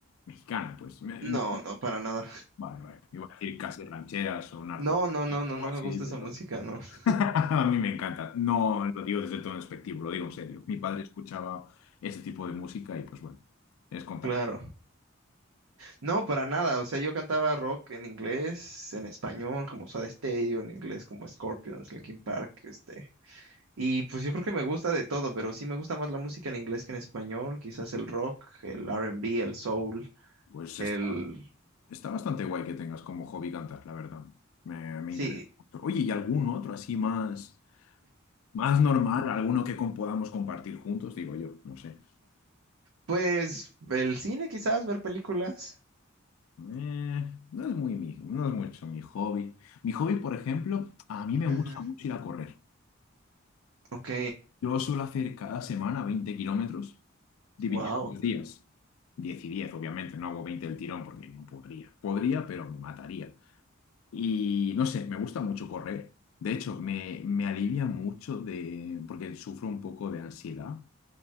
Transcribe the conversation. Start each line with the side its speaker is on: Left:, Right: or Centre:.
Left: mexicana, pues. Me-
Right: No,
Left: no
Right: no, para nada.
Left: Vale, vale. Iba a decir casi rancheras o narco
Right: No, no, no, no,
Left: o
Right: no
Left: así,
Right: me gusta
Left: pero
Right: esa música, no. <laughs>
Left: <laughs> a mí me encanta. No lo digo desde todo despectivo, lo digo en serio. Mi padre escuchaba ese tipo de música y pues bueno, es contagio.
Right: Claro. No, para nada. O sea, yo cantaba rock en inglés, en español, como Soda Stereo, en inglés como Scorpions, Linkin Park, este. Y pues yo creo que me gusta de todo, pero sí me gusta más la música en inglés que en español. Quizás el rock, el R&B, el soul,
Left: Pues
Right: el...
Left: está, está bastante guay que tengas como hobby cantar, la verdad. Me, me
Right: Sí.
Left: interesa mucho. Oye, ¿y algún otro así más, más normal? ¿Alguno que con- podamos compartir juntos? Digo yo, no sé.
Right: Pues el cine quizás, ver películas.
Left: Eh, no es muy mi, no es mucho mi hobby. Mi hobby, por ejemplo, a mí me
Right: Ujú.
Left: gusta mucho ir a correr.
Right: Ok,
Left: Yo suelo hacer cada semana 20 kilómetros dividido
Right: wow.
Left: en dos días. diez y diez obviamente, no hago 20 del tirón porque no podría. Podría, pero me mataría. Y no sé, me gusta mucho correr. De hecho, me, me alivia mucho de, porque sufro un poco de ansiedad.